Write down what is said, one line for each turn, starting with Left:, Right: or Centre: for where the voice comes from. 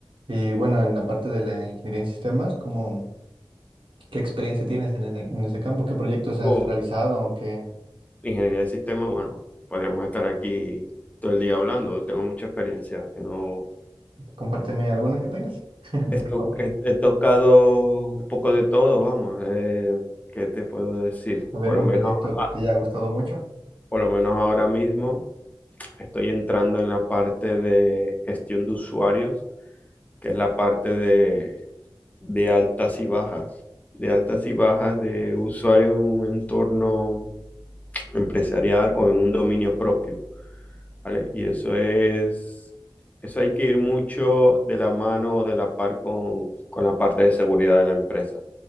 Right: Y bueno, en la parte de la ingeniería en sistemas, ¿cómo, qué experiencia tienes en ese, en ese campo? ¿Qué proyectos has
Left: O
Right: realizado? ¿Qué,
Left: ingeniería de sistema, bueno, podríamos estar aquí todo el día hablando. Tengo mucha experiencia, tengo,
Right: compárteme alguna que tengas, <laughs>
Left: he,
Right: por
Left: to-
Right: favor.
Left: he- he tocado un poco de todo, vamos. eh, ¿qué te puedo decir?
Right: A ver,
Left: Por
Right: un
Left: lo menos,
Right: proyecto
Left: ah,
Right: que te haya gustado mucho.
Left: por lo menos ahora mismo. Estoy entrando en la parte de gestión de usuarios, que es la parte de, de altas y bajas, de altas y bajas de usuarios en un entorno empresarial o en un dominio propio, ¿vale? Y eso es, eso hay que ir mucho de la mano o de la par con, con la parte de seguridad de la empresa,